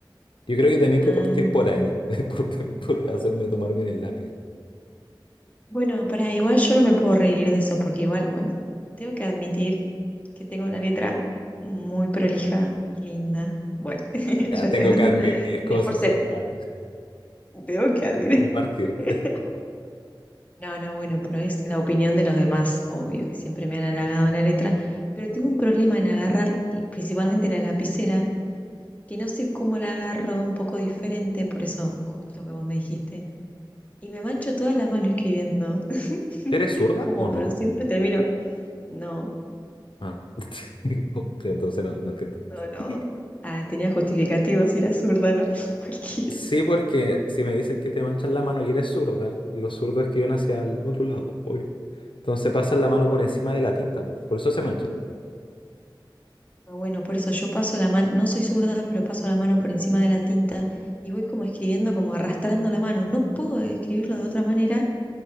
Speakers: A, on the left; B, on the left.
A: yo creo que tenían
B: Ah,
A: que partir por ahí, <laughs> por, por hacerme tomar bien el lápiz.
B: bueno, para igual yo no me puedo reír de eso, porque igual, bueno, tengo que admitir que tengo la letra muy prolija y linda. Bueno, <laughs>
A: Ya
B: ya
A: tengo
B: se agrandó.
A: que admitir como
B: Y no es
A: si
B: por
A: fuera
B: ser, tengo que admitir.
A: un mártir.
B: <laughs> No, no, bueno, pero es la opinión de los demás, obvio que siempre me han halagado la letra, pero tengo un problema en agarrar principalmente la lapicera que no sé cómo la agarro un poco diferente, por eso justo que vos me dijiste. Y me mancho toda la mano escribiendo. <laughs>
A: <laughs>
B: No
A: ¿Eres
B: sé
A: zurda
B: cómo,
A: o no?
B: pero siempre te miro. No,
A: Ah. <laughs> Entonces no, no entiendo.
B: no, no.
A: <laughs>
B: Ah, tenía justificativo si era zurda, ¿no? <laughs> Cualquiera.
A: Sí, porque si me dices que te manchas la mano y eres zurda, los zurdos escriben hacia el otro lado, obvio. Entonces pasan la mano por encima de la tinta, po. Por eso se mancha.
B: Ah, bueno, por eso yo paso la mano, no soy zurda, pero paso la mano por encima de la tinta y voy como escribiendo, como arrastrando la mano. No puedo escribirlo de otra manera